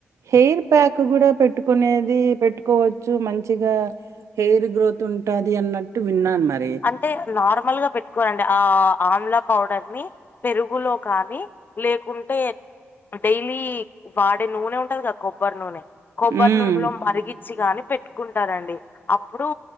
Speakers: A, on the right (about 75°); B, on the left (about 40°).
A: హెయిర్ ప్యాక్ కూడా పెట్టుకునేది పెట్టుకోవచ్చు మంచిగా హెయిర్ గ్రోత్ ఉంటాది అన్నట్టు విన్నాను మరి
B: అంటే నార్మల్ గా పెట్ కోరండి ఆ ఆమ్లా పౌడర్ ని పెరుగులో కానీ లేకుంటే డేలీ వాడే నూనె ఉంటది గదా కొబ్బరి నూనె కొబ్బరి
A: హ్మ్.
B: నూనె లో మరిగిచ్చి గాని పెట్టుకుంటారండి అప్పుడు